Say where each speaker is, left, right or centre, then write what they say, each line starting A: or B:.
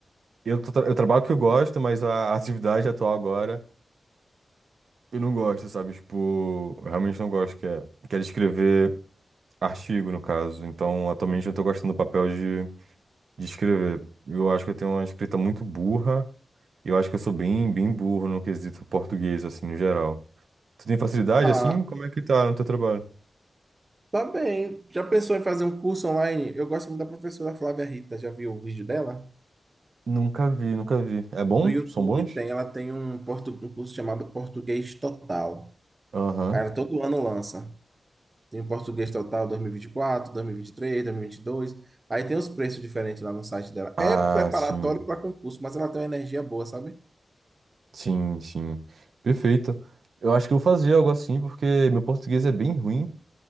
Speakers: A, on the right; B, on the right.
A: Eu, tô tra- eu trabalho o que eu gosto, mas a atividade atual agora eu não gosto, sabe? Tipo, eu realmente não gosto, que é, que é de escrever artigo, no caso. Então, atualmente eu tô gostando do papel de escrever. Eu acho que eu tenho uma escrita muito burra. e Eu acho que eu sou bem, bem burro no quesito português, assim, no geral. Tu tem facilidade,
B: Ah,
A: assim? Como é que tá no teu trabalho?
B: tá bem. Já pensou em fazer um curso online? Eu gosto muito da professora Flávia Rita. Já viu o vídeo dela?
A: Nunca vi, nunca vi. É bom?
B: No YouTube
A: São bons?
B: tem, ela tem um, portu- um curso chamado Português Total.
A: Aham.
B: Aí Ela todo ano lança. Tem o português total dois dois dois mil mil mil e e e e e vinte vinte quatro, três, dois mil e vinte e dois. Aí tem os preços diferentes lá no site dela.
A: Ah,
B: É preparatório
A: sim.
B: para concurso, mas ela tem uma energia boa, sabe?
A: Sim, sim. Perfeito. Eu acho que eu vou fazer algo assim, porque meu português é bem ruim.